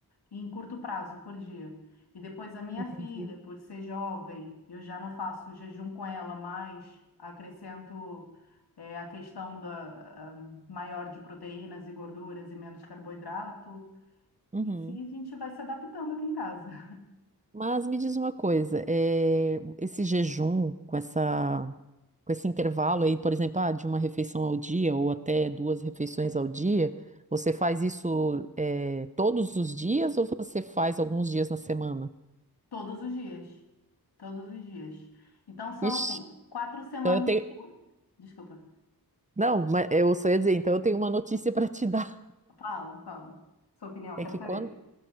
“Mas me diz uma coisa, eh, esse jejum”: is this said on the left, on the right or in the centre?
Right